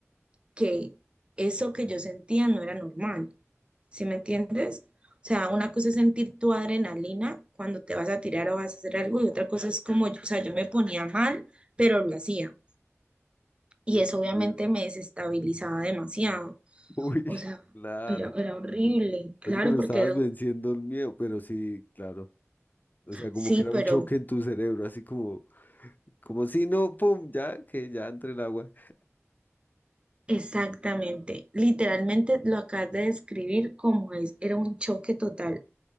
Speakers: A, on the right (about 20°); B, on the left (about 35°).
A: que eso que yo sentía no era normal. ¿Sí me entiendes? O sea, una cosa es sentir tu adrenalina cuando te vas a tirar o vas a hacer algo, y otra cosa es como, o sea, yo me ponía mal, pero lo hacía. Y
B: Uy,
A: eso obviamente
B: bueno.
A: me desestabilizaba demasiado.
B: Uy,
A: O
B: <laughs>
A: sea,
B: claro.
A: era, era horrible. Claro,
B: Oye, pero
A: porque
B: estabas
A: era-
B: venciendo el miedo, pero sí, claro. O sea, como
A: sí,
B: que era
A: pero
B: un choque en tu cerebro, así como, como si no, pum, ya, que ya entre el agua.
A: exactamente. Literalmente lo acabas de describir como es. Era un choque total.